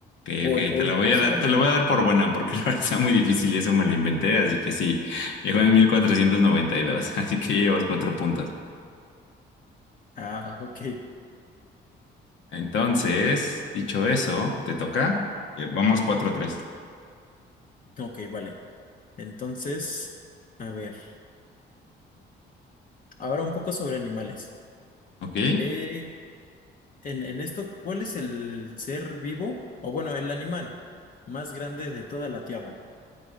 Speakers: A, on the left (about 75°); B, on the left (about 45°).
A: Ok,
B: O,
A: ok,
B: en- o
A: te la
B: inclusive
A: voy a dar,
B: en
A: te
B: el...
A: la voy a dar por buena porque <laughs> la verdad está muy difícil y eso me lo inventé, así que sí, llegó en 1492. <laughs> así que llevas cuatro puntos.
B: Ah, ok.
A: Entonces, dicho eso, ¿te toca? Ya, Vamos 4 tres.
B: Ok, vale. Entonces, a ver. Ahora un poco sobre animales.
A: ¿ok?
B: Eh, en, en esto, ¿cuál es el ser vivo? O bueno, el animal más grande de toda la Tierra.